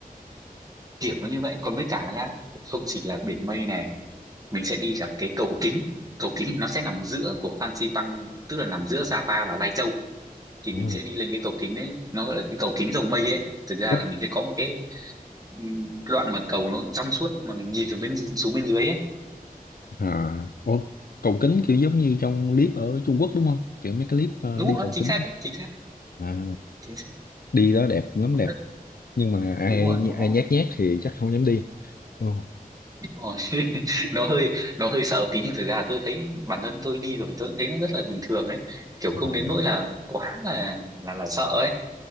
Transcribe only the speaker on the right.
kiểu như vậy. Còn với cả là nhá, không chỉ là biển mây này, mình sẽ đi cả cái cầu kính. Cầu kính thì nó sẽ nằm giữa của Fansipan, tức là nằm giữa Sapa và Lai Châu. Thì
mình sẽ đi lên cái cầu kính đấy, nó gọi là cái cầu kính rồng mây ấy. Thực ra
là mình sẽ có một cái ừm, đoạn mà cầu nó trong suốt mà mình nhìn từ bên xuống bên dưới ấy.
Đúng
rồi,
chính
xác đấy, chính xác,
chính xác.
Rất,
đúng rồi, nó
Ôi, <laughs> nó hơi nó hơi sợ một tí nhưng thực ra là tôi thấy bản thân tôi đi rồi thì tôi cũng thấy nó rất là bình thường ấy kiểu không
đến nỗi là quá là là là sợ ấy